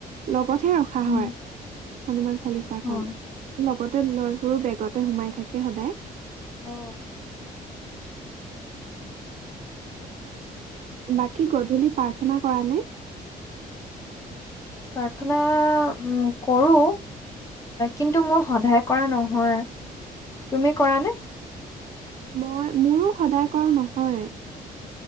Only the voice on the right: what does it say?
ল <unintelligible> ৰখা
হয় হনুমান চা চালিচাখন
লগতে লৈ ফুৰোঁ বেগত তে সোমাই থাকে সদায়
বাকী গধূলি প্ৰাৰ্থনা কৰা নে?
মই, মোৰো সদায় কৰা নহয়।